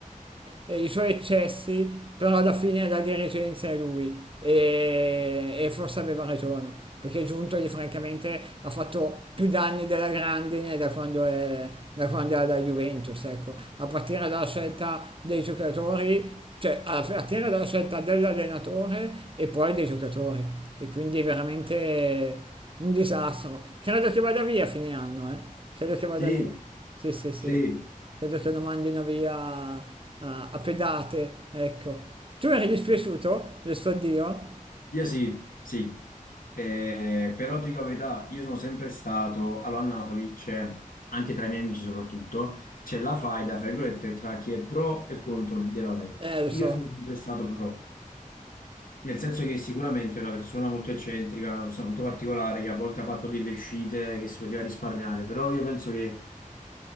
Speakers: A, on the right (about 40°); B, on the left (about 85°).
A: i suoi eccessi, però alla fine la dirigenza è lui e, e forse aveva ragione. Perché Giuntoli francamente ha fatto più danni della grandine da quando è da quando era la Juventus, ecco, a partire dalla scelta dei giocatori, cioè a partire dalla scelta dell'allenatore e poi dei giocatori. E quindi è veramente un disastro. Credo che vada via a fine anno, eh. Credo che vada
B: Sì,
A: via. Sì, sì, sì.
B: sì.
A: Credo che lo mandino via a, a pedate, ecco. Tu eri dispiaciuto del suo addio?
B: Io sì, sì, Eh, però ti dico la verità, io sono sempre stato, allora a Napoli c'è, anche tra i miei amici soprattutto, c'è la faida, fra virgolette, tra chi è pro e contro De Laurentiis.
A: Eh, lo
B: Io
A: so.
B: sono sempre stato pro, nel senso che sicuramente è una persona molto eccentrica, una persona molto particolare, che a volte ha fatto delle uscite che si poteva risparmiare, però io penso che